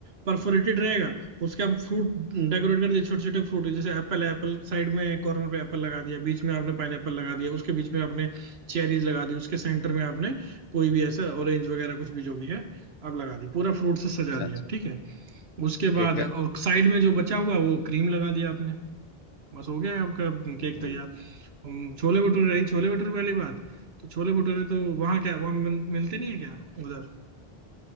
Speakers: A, on the right; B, on the left.
A: परफोरेटेड रहेगा उसके आप फ्रूट डेकोरेट कर दिए छोटे छोटे फ्रूट जैसे एप्पल है एप्पल साइड में कॉर्नर पे एप्पल लगा दिया बीच में आपने पाइनएप्पल लगा दिया उसके बीच में आपने चेरीज लगा दी उसके सेंटर में आपने कोई भी ऐसा ऑरेंज वगैरह कुछ भी जो भी है आप लगा दी पूरा फ्रूट से सजा
B: अच्छा
A: दिया
B: अच्छा
A: ठीक है उसके
B: ठीक
A: बाद
B: है
A: और साइड में जो बचा हुआ है वो क्रीम लगा दिया आपने बस हो गया है आपका केक
B: हम्म
A: तैयार हम छोले भटूरे रही छोले भटूरे वाली बात तो छोले भटूरे तो वहाँ क्या वहाँ मिल, मिलते नहीं है क्या उधर